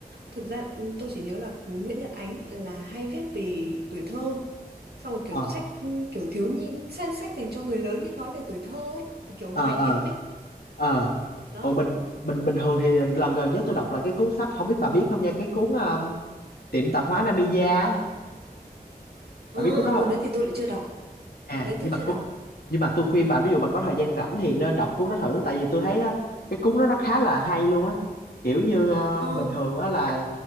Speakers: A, on the right (about 85°); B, on the left (about 75°).
A: Thực ra ừ, tôi chỉ nhớ là Nguyễn Nhật Ánh là hay viết về tuổi thơ. Xong rồi kiểu
B: ờ
A: sách ừ, kiểu thiếu nhi, sách, sách dành cho người lớn nhưng nói về tuổi thơ ấy, kiểu hoài
B: ờ
A: niệm
B: ờ
A: ấy.
B: ờ
A: Đó.
B: ồ bình bình bình thường thì lần gần nhất tôi đọc là cái cuốn sách không biết bà biết không nha cái cuốn ờ, tiệm tạp hóa Namiya
A: Ừ,
B: bà biết cuốn đó không
A: cuốn đấy thì tôi lại chưa đọc.
B: à
A: Cuốn đấy tôi
B: nhưng mà
A: chưa
B: cu-
A: đọc.
B: nhưng mà tôi khuyên bạn ví dụ bà có thời gian rảnh thì nên đọc cuốn đó thử tại vì tôi thấy á, cái cuốn đó nó khá là hay luôn á kiểu như ờ,
A: ờ
B: bình thường á là